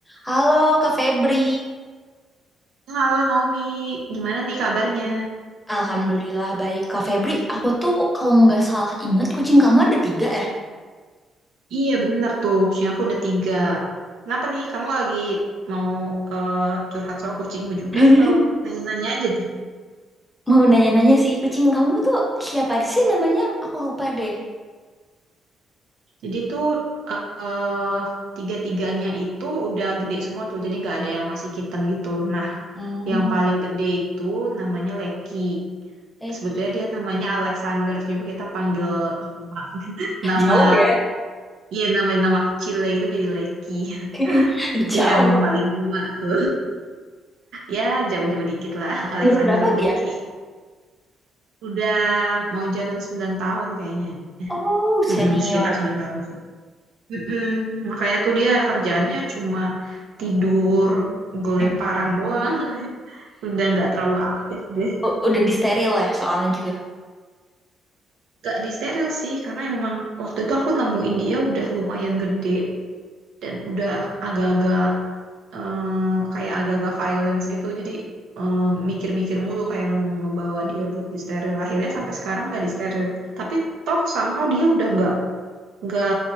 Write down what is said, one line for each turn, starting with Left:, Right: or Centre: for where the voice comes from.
Centre: Halo Kak Febri,
Right: Halo Naomi, gimana nih kabarnya?
Centre: Alhamdulillah baik Kak Febri. Aku tuh kalau nggak salah ingat kucing kamu ada tiga eh.
Right: Iya bener tuh, kucing aku udah tiga. Kenapa nih, kamu lagi mau eh, curhat soal kucingmu juga
Centre: <laughs>
Right: atau nanya-nanya aja nih?
Centre: Mau nanya-nanya sih kucing kamu tuh siapa aja sih namanya? Aku lupa deh.
Right: Jadi tuh eh tiga-tiganya itu udah gede semua tuh, jadi nggak ada yang masih kitten gitu. Nah,
Centre: Hmm,
Right: yang paling gede itu namanya Leki.
Centre: Eki.
Right: Sebetulnya dia namanya Alexander, cuma kita panggil nama, nama
Centre: Jauh ya.
Right: iya nama nama kecil ya gitu jadi Leki. <laughs>
Centre: <laughs> Jauh.
Right: Itu yang paling tua tuh. Ya, jauh-jauh dikit lah. <laughs> Alexander
Centre: Umur berapa
Right: Kleki.
Centre: dia?
Right: Udah mau jalan 9 tahun kayaknya.
Centre: Oh senior.
Right: Mm-mm, sekitar 9 tahun sih. Mm-mm, Makanya tuh dia kerjaannya cuma tidur, geleparan
Centre: <laughs>
Right: doang. <laughs> Udah nggak terlalu aktif deh.
Centre: U- udah disteril ya soalnya juga.
Right: Gak disteril sih, karena memang waktu itu aku nemuin dia udah lumayan gede. Dan udah agak-agak eh, kayak agak-agak violence gitu jadi eh, mikir-mikir mulu kayak mau ngebawa dia buat disteril akhirnya sampai sekarang nggak disteril tapi toh somehow dia udah nggak nggak